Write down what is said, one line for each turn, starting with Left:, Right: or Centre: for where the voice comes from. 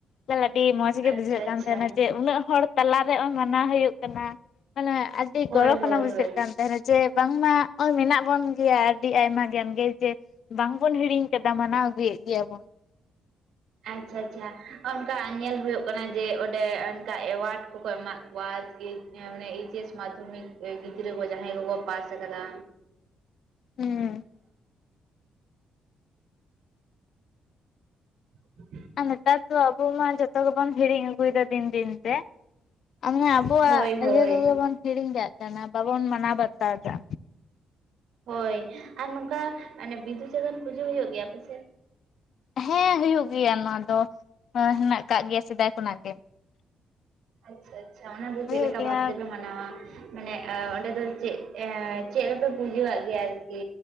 Left: ᱛᱟᱦᱞᱮ ᱟᱹᱰᱤ ᱢᱚᱸᱡᱽ ᱜᱮ
Right: ᱟᱪᱪᱷᱟ
Left: ᱵᱩᱡᱷᱟᱹᱜ ᱠᱟᱱ
Right: ᱟᱪᱪᱷᱟ
Left: ᱛᱟᱦᱮᱱᱟ ᱡᱮ ᱩᱱᱟᱹᱜ ᱦᱚᱲ᱾ ᱛᱟᱞᱟᱨᱮ ᱚᱭ ᱢᱟᱱᱟᱣ ᱦᱩᱭᱩᱜ ᱠᱟᱱᱟ ᱢᱟᱱᱮ ᱟᱹᱰᱤ
Right: ᱦᱳᱭ
Left: ᱜᱚᱨᱚᱵᱽ
Right: ᱦᱳᱭ
Left: ᱟᱱᱟ ᱵᱩᱡᱷᱟᱹᱜ
Right: ᱦᱳᱭ
Left: ᱠᱟᱱ ᱛᱟᱦᱮᱱᱟ᱾ ᱡᱮ ᱵᱟᱝᱢᱟ ᱦᱚᱸᱜ-ᱚᱭ ᱢᱮᱱᱟᱜ ᱵᱚᱱ ᱜᱮᱭᱟ ᱟᱹᱰᱤ ᱟᱭᱢᱟ ᱜᱟᱱ ᱜᱮ ᱡᱮ ᱵᱟᱝᱵᱚᱱ ᱦᱤᱲᱤᱧ ᱠᱮᱫᱟ ᱢᱟᱱᱟᱣ ᱟᱹᱜᱩᱭᱮᱫ ᱜᱮᱭᱟ ᱵᱚᱱ᱾
Right: ᱟᱪᱪᱷᱟ ᱟᱪᱪᱷᱟ ᱚᱱᱠᱟ ᱧᱮᱞ ᱦᱩᱭᱩᱜ ᱠᱟᱱᱟ ᱡᱮ ᱚᱸᱰᱮ ᱚᱱᱠᱟ ᱮᱣᱟᱨᱰ ᱠᱚᱠᱚ ᱮᱢᱟᱜ ᱠᱚᱣᱟ ᱮᱪ ᱢᱟᱱᱮ ᱮᱭᱤᱪ ᱮᱥ ᱢᱟᱫᱽᱫᱷᱚᱢᱤᱠ ᱜᱤᱫᱽᱨᱟᱹ ᱠᱚ ᱡᱟᱦᱟᱸᱭ ᱠᱚᱠᱚ ᱯᱟᱥ ᱟᱠᱟᱫᱟ᱾
Left: ᱦᱩᱸ᱾
Right: <inaudible>
Left: ᱟᱨ ᱱᱮᱛᱟᱨ ᱫᱚ ᱟᱵᱚ ᱢᱟ ᱡᱚᱛᱚ ᱜᱮᱵᱚᱱ ᱦᱤᱲᱤᱧ ᱟᱹᱜᱩᱭᱮᱫᱟ ᱫᱤᱱ ᱫᱤᱱ ᱛᱮ, <unintelligible> ᱟᱵᱚᱣᱟᱜ
Right: ᱦᱳᱭ ᱦᱳᱭ
Left: ᱤᱭᱟᱹ ᱠᱚᱜᱮ ᱵᱚᱱ ᱦᱤᱲᱤᱧ ᱠᱟᱜ ᱠᱟᱱᱟ ᱵᱟᱵᱚᱱ ᱢᱟᱱᱟᱣ ᱵᱟᱛᱟᱣ ᱮᱫᱟ᱾
Right: ᱦᱳᱭ ᱟᱨ ᱱᱚᱝᱠᱟ ᱚᱱᱮ ᱵᱤᱫᱩ-ᱪᱟᱸᱫᱟᱱ ᱯᱩᱡᱟᱹ ᱦᱩᱭᱩᱜ ᱜᱮᱭᱟ ᱟᱯᱮ ᱥᱮᱫ?
Left: ᱦᱮᱸ ᱦᱩᱭᱩᱜ ᱜᱮᱭᱟ ᱱᱚᱣᱟ ᱫᱚ, ᱦᱳᱭ ᱦᱮᱱᱟᱜ ᱠᱟᱜ ᱜᱮᱭᱟ ᱥᱮᱫᱟᱭ ᱠᱷᱚᱱᱟᱜ ᱜᱮ᱾
Right: ᱟᱪᱪᱷᱟ ᱟᱪᱪᱷᱟ ᱚᱱᱟ ᱫᱚ
Left: ᱦᱩᱭᱩᱜ
Right: ᱪᱮᱫ ᱞᱮᱠᱟ
Left: ᱜᱮᱭᱟ
Right: ᱵᱷᱟᱵᱽ ᱛᱮᱯᱮ ᱢᱟᱱᱟᱣᱟ? ᱢᱟᱱᱮ ᱮ ᱚᱸᱰᱮ ᱫᱚ ᱪᱮᱫ ᱮᱸ ᱪᱮᱫ ᱨᱮᱯᱮ ᱯᱩᱡᱟᱹᱣᱟᱜ ᱜᱮᱭᱟ ᱟᱨᱠᱤ